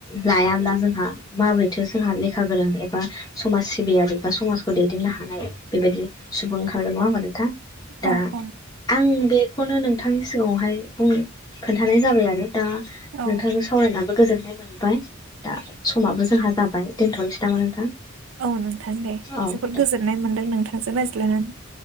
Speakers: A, on the left; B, on the right.
A: लायाब्ला जोंहा माबोरैथो जोंहा लेखा गोरों एबा समाज सिबियारि बा समाजखौ दैदेननो हानाय बेबायदि सुबुं ओंखारगोन नङा होमबा नोंथां। दा
B: औ औ
A: आं बेखौनो नोंथांनि सिगाङावहाय बुं खोन्थानाय जाबाय आरो। दा
B: औ
A: नोंथांजों सावरायनानै गोजोननाय मोनबाय दा समाबो जोंहा जाबाय दोनथ'नोसै नामा नोंथां?
B: औ नोंथां दे
A: औ
B: जोबोद
A: दे
B: गोजोननाय मोनदों नोंथांजों रायज्लायनानै